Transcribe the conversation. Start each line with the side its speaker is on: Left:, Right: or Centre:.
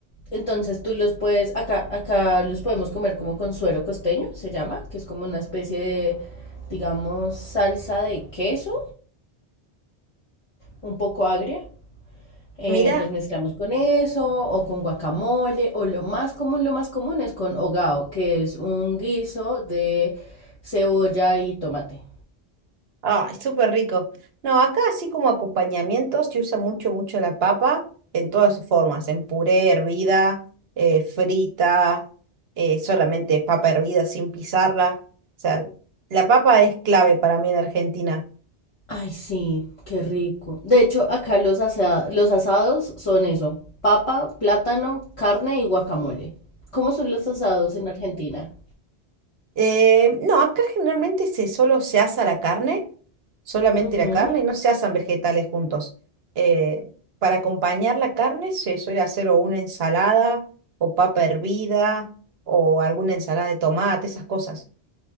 Left: entonces tú los puedes, acá, acá los podemos comer como con suero costeño, se llama, que es como una especie de, digamos, salsa de queso, un poco agria. Eh,
Right: Mira.
Left: los mezclamos con eso, o con guacamole, o lo más común, lo más común es con hogao, que es un guiso de cebolla y tomate.
Right: Ay, súper rico. No, acá así como acompañamientos se usa mucho, mucho la papa en todas sus formas, en puré, hervida, eh, frita, eh, solamente papa hervida sin pisarla. O sea, la papa es clave para mí en Argentina.
Left: Ay, sí, qué rico. De hecho, acá los asea- los asados son eso, papa, plátano, carne y guacamole. ¿Cómo son los asados en Argentina?
Right: Eh, no, acá generalmente se solo se asa la carne. solamente
Left: Ujú.
Right: la carne, no se hacen vegetales juntos. Eh, para acompañar la carne se suele hacer o una ensalada o papa hervida o alguna ensalada de tomate, esas cosas.